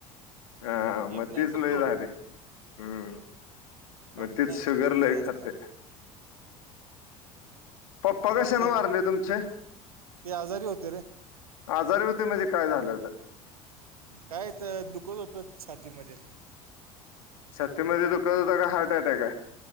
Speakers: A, on the left; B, on the right.
A: हा मग
B: एक नाही
A: तीच
B: तर
A: लय
B: दोन.
A: झाले हम्म
B: बाकी
A: मग तीच
B: नाही
A: शुगर
B: एवढं
A: लय
B: जास्त.
A: खाते पप्पा कशाने
B: फक्त
A: वारले तुमचे?
B: ते आजारी होते रे
A: आजारी होते म्हणजे काय झालं होतं?
B: काय तर दुखत होतं छातीमध्ये.
A: छातीमध्ये दुखत होता का हार्ट अटॅक आहे?